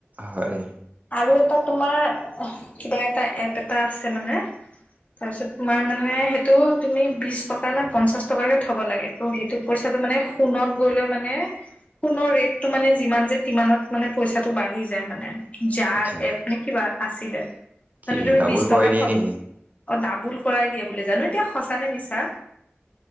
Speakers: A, on the right; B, on the left.
A: হয়।
B: আৰু এটা তোমাৰ কিবা এটা এপ এটা আছে মানে তাৰপিছত তোমাৰ মানে সেইটো তুমি বিশ টকা নে পঞ্চাশ টকাকে থ'ব লাগে। ত সেইটো পইচাটো মানে সোণত গৈ লৈ মানে সোণৰ ৰেটটো মানে যিমান যে টিমানত মানে পইচাটো বাঢ়ি যায় মানে। যাৰ
A: আচ্ছা
B: এ মানে কিবা আছিলে। মানে
A: কি
B: তুমি
A: ডাবল
B: বিশ
A: কৰাই
B: টকা
A: দিয়ে
B: থলা
A: নেকি।
B: অ ডাবোল কৰাই দিয়া বুলি জানো এতিয়া সঁচা নে মিছা।